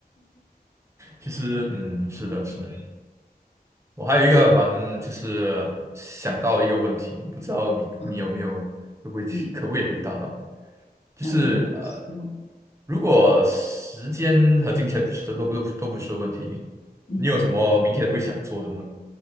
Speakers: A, on the right (about 15°); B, on the left (about 40°).
A: 其实嗯，是的，是的。我还有一个蛮，就是想到一个问题，不知道你你有没有会不会去可不可以回答到？
B: 嗯，嗯
A: 就是呃，
B: 哎，你新闻，
A: 如果时间和金钱不是都都不都不是问题，
B: 嗯，
A: 你有什么明天会想做的吗？